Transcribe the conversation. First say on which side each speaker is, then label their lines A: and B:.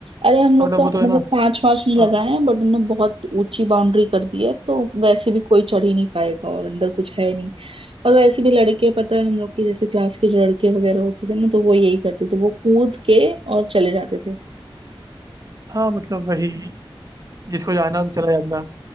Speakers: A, on the right; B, on the right.
A: अरे हम लोग
B: तो मतलब
A: का
B: वो
A: मतलब
B: तो है ना
A: पांच पांच नहीं
B: हाँ
A: लगाए हैं बट उन्होंने बहुत ऊंची बाउंड्री कर दी है तो वैसे भी कोई चढ़ ही नहीं पाएगा और अंदर कुछ है नहीं और वैसे भी लड़के पता है हम लोग की जैसे क्लास के जो लड़के वगैरह होते थे ना तो वो यही करते थे वो कूद के और चले जाते थे
B: हाँ मतलब वही जिसको जाना हो तो चला जाता